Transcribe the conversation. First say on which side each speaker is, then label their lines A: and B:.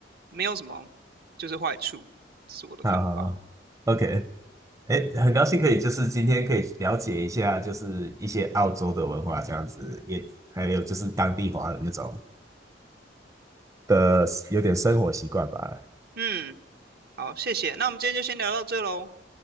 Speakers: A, on the right; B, on the right.
A: 没有什么就是坏处，是我的看法。
B: 好好好，OK，哎，很高兴可以就是今天可以了解一下，就是一些澳洲的文化这样子，也还有就是当地华人那种的有点生活习惯吧。
A: 嗯，好，谢谢。那我们今天就先聊到这喽，